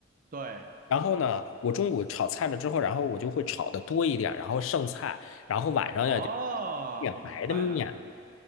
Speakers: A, on the right; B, on the left.
A: 对，
B: 然后呢，我中午炒菜了之后，然后我就会炒的多一点，然后剩菜，然后晚上呀就
A: 哦，
B: 点白的面，
A: 我明白了，你